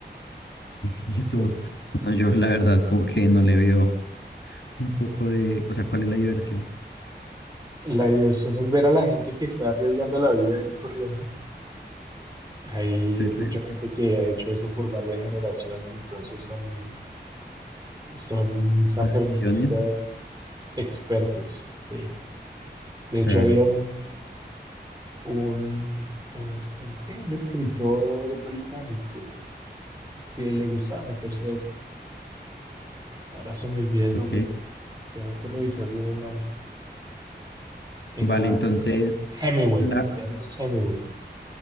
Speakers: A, on the left; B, on the right.
A: Y
B: Entonces,
A: eso, bueno, yo la verdad como que no le veo un poco de, o sea, ¿cuál es la diversión?
B: la diversión es ver a la gente que está arriesgando la vida y corriendo. Hay
A: Es terrible.
B: mucha gente que ha hecho eso por varias generaciones, entonces son, son sanferministas
A: Tradiciones.
B: expertos, sí. De
A: Claro.
B: hecho, había un, un, un, un ¿qué? Un escritor británico que le gustaba meterse a esto. Ahora se me olvida el
A: Ok.
B: nombre, tengo que revisar bien el nombre. Era
A: Vale, entonces
B: Hemingway,
A: la...
B: Ernest Hemingway.